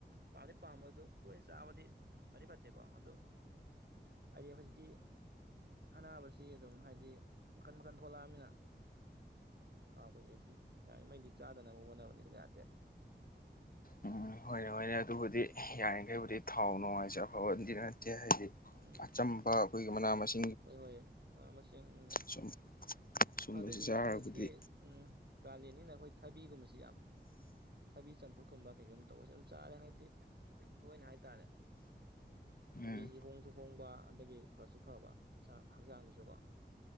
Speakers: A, on the right; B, on the left.
A: ꯄꯥꯝꯗꯤ ꯄꯥꯝꯕꯗ ꯇꯣꯏꯅ ꯆꯥꯕꯗꯤ ꯐꯗꯤ ꯐꯠꯇꯦꯀꯣ ꯑꯗꯨ ꯍꯥꯏꯗꯤ ꯍꯧꯖꯤꯛꯇꯤ ꯑꯅꯥꯕꯁꯤ ꯑꯗꯨꯝ ꯍꯥꯏꯗꯤ ꯃꯈꯟ ꯃꯈꯟ ꯊꯣꯛꯂꯛꯑꯅꯤꯅ ꯊꯥꯎ ꯀꯩꯀꯩꯁꯤ ꯌꯥꯔꯤꯉꯩꯗꯤ ꯆꯥꯗꯅꯕ ꯍꯣꯠꯅꯕꯅꯤꯅ ꯉꯠꯇꯦ
B: ꯎꯝ ꯍꯣꯏꯅꯦ ꯍꯣꯏꯅꯦ ꯑꯗꯨꯕꯨꯗꯤ ꯌꯥꯔꯤꯈꯩꯕꯨꯗꯤ ꯊꯥꯎ ꯅꯨꯡꯉꯥꯏꯁꯦ ꯑꯐꯕꯗꯤꯅ ꯅꯠ ꯍꯥꯏꯗꯤ
A: ꯎꯝ
B: ꯑꯆꯝꯕ ꯑꯩꯈꯣꯏꯒꯤ ꯃꯅꯥ ꯃꯁꯤꯡ
A: ꯍꯣꯏ ꯍꯣꯏ ꯃꯥ ꯃꯁꯤ ꯎꯝ
B: ꯁꯨꯝ ꯁꯨꯝꯕꯁꯤ
A: ꯑꯗꯨꯒꯤ
B: ꯆꯥꯔꯕꯨꯗꯤ
A: ꯍꯧꯖꯤꯛꯀꯤ ꯎꯝ ꯀꯥꯂꯦꯟꯅꯤꯅ ꯑꯩꯈꯣꯏ ꯊꯥꯕꯤꯒꯨꯝꯕꯁꯤ ꯌꯥꯝ ꯊꯕꯤ ꯆꯝꯄꯨꯨꯔ ꯀꯨꯝꯕ ꯀꯩꯒꯨꯝꯕ ꯇꯧꯕꯁ ꯑꯗꯨꯝ ꯆꯥꯔꯦ ꯍꯟꯗꯛꯇꯤ ꯑꯗꯨ ꯇꯣꯏꯅ ꯍꯥꯏꯇꯥꯔꯦ ꯀꯕꯤꯁꯤ
B: ꯎꯝ
A: ꯍꯣꯡꯁꯨ ꯍꯣꯡꯕ ꯑꯗꯒꯤ ꯐꯁꯨ ꯐꯕ ꯌꯦꯟꯁꯥꯡ ꯍꯛꯆꯥꯡꯗꯁꯨꯀꯣ